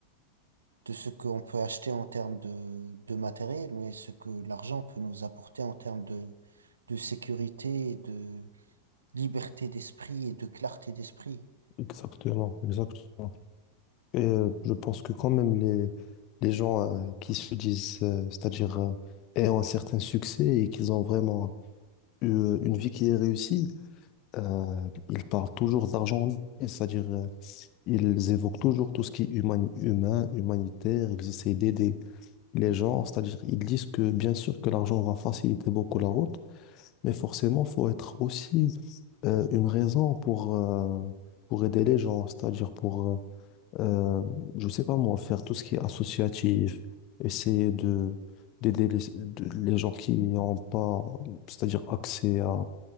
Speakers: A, on the right (about 70°); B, on the left (about 40°).
A: de ce qu'on peut acheter en termes de, de matériel, mais ce que l'argent peut nous apporter en termes de, de sécurité et de liberté d'esprit et de clarté d'esprit.
B: Exactement, exactement. Et euh, je pense que quand même les, les gens euh, qui se disent, euh, c'est-à-dire euh, ayant un certain succès et qu'ils ont vraiment eu euh, une vie qui est réussie, euh, ils parlent toujours d'argent, et c'est-à-dire euh, ils évoquent toujours tout ce qui est humani- humain, humanitaire, ils essayent d'aider les gens, c'est-à-dire ils disent que bien sûr que l'argent va faciliter beaucoup la route, mais forcément, faut être aussi euh, une raison pour, euh, pour aider les gens, c'est-à-dire pour... euh, euh, je sais pas moi, faire tout ce qui est associatif, essayer de d'aider les, de- les gens qui n'ont pas, c'est-à-dire accès à,